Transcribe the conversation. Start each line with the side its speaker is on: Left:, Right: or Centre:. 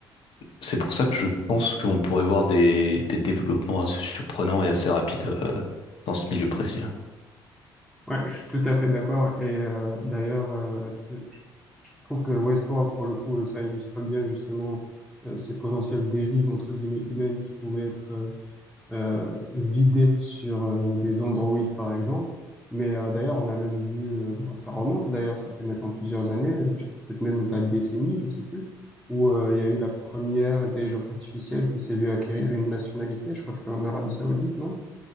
Left: c'est pour ça que je pense qu'on pourrait voir des, des développements assez surprenants et assez rapides euh, dans ce milieu précis. hein.
Centre: Ouais, je suis tout à fait d'accord. Et euh, d'ailleurs, euh, je, je trouve que Westworld, pour le coup, euh, ça illustre bien justement euh, ces potentielles dérives entre guillemets humaines qui pouvaient être euh, euh, vidées sur euh, des androïdes, par exemple. Mais euh, d'ailleurs, on a même vu, euh, bon, ça remonte d'ailleurs, ça fait maintenant plusieurs années, euh, j'ai- peut-être même de la décennie, je sais plus, où euh, il y a eu la première intelligence artificielle qui s'est vue acquérir une nationalité. Je crois que c'était en Arabie Saoudite, non?